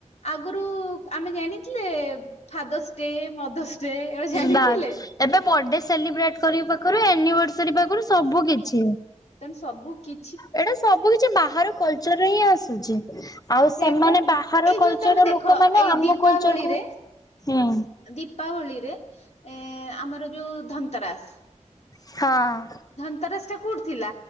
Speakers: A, on the left; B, on the left.
A: ଆଗରୁ ଆମେ ଜାଣିଥିଲେ ଫାଦର୍ସ ଡେ ମଦର୍ସ ଡେ ଏଗୁଡା ଜାଣିଥିଲେ?
B: ନାଇ ଏବେ ବର୍ଥଡେ ସେଲିବ୍ରେଟ କରିବା ପାଖରୁ ଆନିଭର୍ ଅନିଭର୍ଶରି ସେ ପାଖରୁ ସବୁ କିଛି
A: ଦେନ୍ ସବୁ କି
B: ଏଇଟା ସବୁ କିଛି ବାହାର କଲଚରରୁ ହିଁ ଆସୁଛି। ଆଉ
A: ସେ
B: ସେମାନେ
A: ପରା
B: ବାହାର
A: ଏଇ ଯୋଉ
B: କଲଚର
A: ତମେ ଦେଖ
B: ଲୋକମାନେ
A: ଏଇ
B: ଆମ
A: ଦୀପାବଳିରେ
B: କଲଚର କୁ ହୁଁ।
A: ଦୀପାବଳିରେ ଏ ଆମର ଯୋଉ ଧନ୍ତରାସ।
B: ହଁ।
A: ଧନ୍ତରାସ ଟା କୋଉଠି ଥିଲା?